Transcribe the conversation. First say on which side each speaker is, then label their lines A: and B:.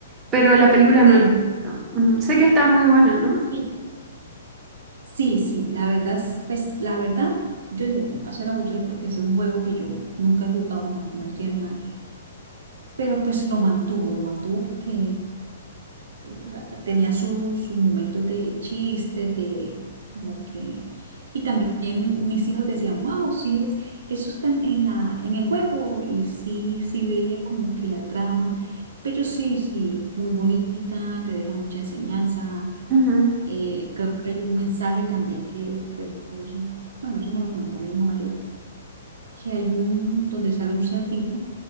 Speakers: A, on the right; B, on the right.
A: pero la película no
B: Sí.
A: la he visto. Ujú. Sé que está muy buena, ¿no?
B: Y Sí, sí, la verdad, es- pues la verdad, yo dije, bueno, va a ser aburrido porque es un juego que yo nunca he jugado, no, no entiendo nada, pero pues lo mantuvo, lo mantuvo porque o sea, tenía su- sus momentos de chiste, de como que... Y también mis hijos decían, wow, sí, es, eso está en en la, en el juego y sí, sí veía como que la trama, pero sí, sí, muy bonita, te deja mucha enseñanza
A: Ujú.
B: eh, creo que hay un mensaje también que, pues, eso- bueno, eso me lo comentó mi hijo mayor, que hay un, donde sale un cerdito